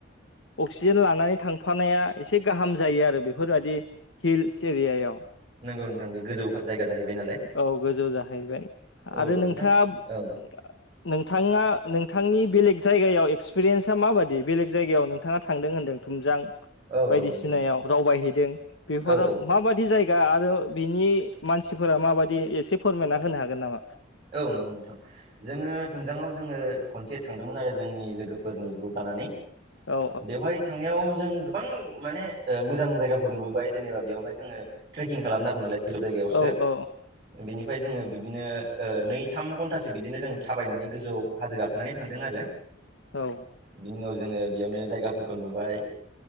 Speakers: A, on the left; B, on the right.
A: अक्सिजेन लानानै थांफानाया एसे गाहाम जायो आरो बेफोरबादि हिल्स एरियायाव।
B: नोंगौ नोंथां बे गोजौ जायगा जाहैबाय नालाय।
A: औ गोजौ जाहैबाय
B: औ
A: आरो नोंथाङा
B: नोंथां औ
A: नोंथाङा नोंथांनि बेलेग जायगायाव एक्सपिरियेन्सा माबायदि बेलेग जायगायाव नोंथाङा थांदों होन दों थुमजां
B: औ
A: बायदिसिनायाव
B: औ नंगौ नोंथां
A: दावबायहैदों बेफोराव
B: औ औ
A: माबायदि जाय गा आरो बिनि मानसिफोरा माबादि एसे फोरमायना होनो हागोन नामा?
B: औ नंगौ नोंथां। जोङो थुमजाङाव जोङो खनसे थांदोंमोन आरो जोंनि लोगोफोरनि ग्रुप लानानै।
A: औ
B: बेवहाय थांनायाव जों गोबां माने ओ मोजां जायाफोर नुबोबाय जेनेबा बेयावहाय जोंओ त्रेकिं खालामनांगौ नालाय। गोजौ जायगायावसो,
A: औ औ
B: बेनिफाय जोङो बिब्दिनो नै थाम घन्टासो बिदिनो जों थाबायनानै गोजौ हाजो गाखोनानै थांदों आरो।
A: औ।
B: बिनि उनाव जोङो बेयावनो जायगाफोरखौ नुबाय,